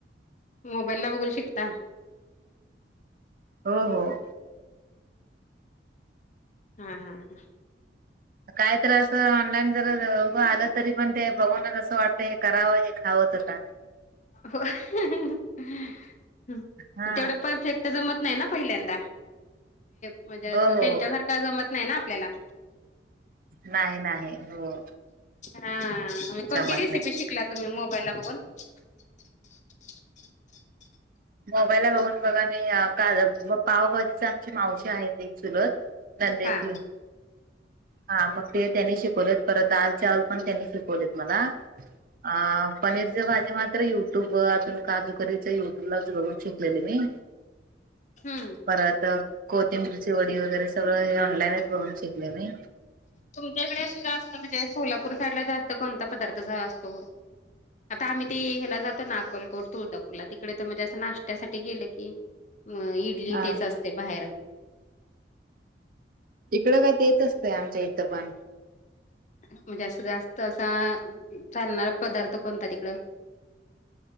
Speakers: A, on the left; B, on the right.
A: मोबाईल ला बघून शिकता.
B: हो, हो.
A: हा, हा, हा.
B: काय तर असं, ऑनलाईन जर उं आलं तरी, पण ते बघूनच असं वाटत, हे करावं. हे खावं. <unintelligible>
A: हो. <unintelligible> तेवढं
B: हा
A: परफेक्ट जमत नाही ना, पहिल्यांदा. म्हणजे अस,
B: हो हो
A: त्यांच्यासारखं
B: हो
A: जमत नाही ना, आपल्याला.
B: नाही नाही हो.
A: हा कोणती
B: जमत
A: रेसिपी
B: नाही
A: शिकला तुम्ही मोबाईल ला बघून? <unintelligible>
B: मोबाईलला बघून बघा आम्ही का पावभजीचे आमचे मावशी आहेत एक चुलत नंदेची
A: हा
B: हा मग ते त्यांनी शिकवलेत परत दाल चावल पण त्यांनी शिकवलेत मला. अ पनीरचे भाजी मात्र युट्यूब अजून काजूकरीच युट्यब तुला च बघून शकलेली मी.
A: हम्म!
B: परत कोथिंबिरची वडी वगैरे सगळं हे ऑनलाईनच बनून शिकले मी.
A: तुमच्या इकडे असं जास्त म्हणजे सोलापूर साईडला जास्त कोणता पदार्थ ज असतो? आता आम्ही ते ह्याला जातो ना अकलकोट, तुळजापूरला तिकडे तर म्हणजे असं नाष्ट्यात्यासाठी गेलं की इडली
B: हा.
A: तेच असते बाहेर.
B: इकडं का तेच असतंय आमच्या इथं पण.
A: म्हणजे जास्त असा चालणार पदार्थ कोणता तिकडं